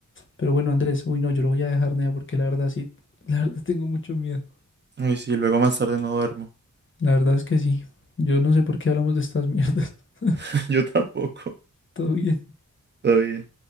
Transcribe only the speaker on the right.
Uy, sí, luego más tarde no duermo.
<laughs> Yo tampoco.
Todo bien.